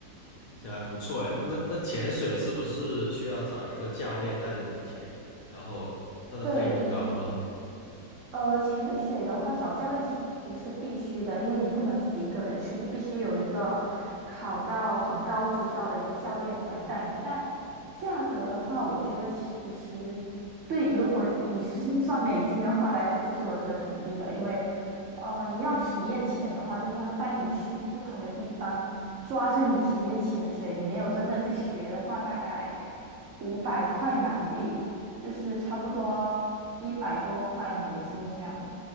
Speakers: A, on the left; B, on the right.
A: 听起来不错诶。那那潜水是不是需要找一个教练带着你潜？然后它的费用高吗？
B: 对对，呃，潜水的话，找教练其其实是必须的，因为你不能自己一个人去，你必须有一个考到很高执照的一个教练来带你。但价格的话，我觉得其实对，如果你是 <laughs> 赚美金的话来说，其实我觉得挺低的，因为呃，你要体验潜的话，就是他带你去不同的地方，抓着你体验潜水，你没有真正去学的话，大概五百块马币。就是差不多一百多块美金这样。